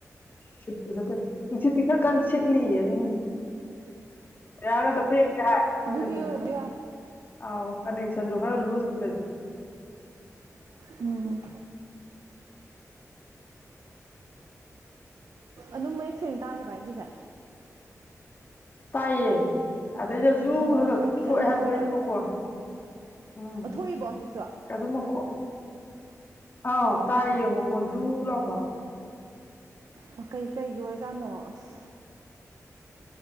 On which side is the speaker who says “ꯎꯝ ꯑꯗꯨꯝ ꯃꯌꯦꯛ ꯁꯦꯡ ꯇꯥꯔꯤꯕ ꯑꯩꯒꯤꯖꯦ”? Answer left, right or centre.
Right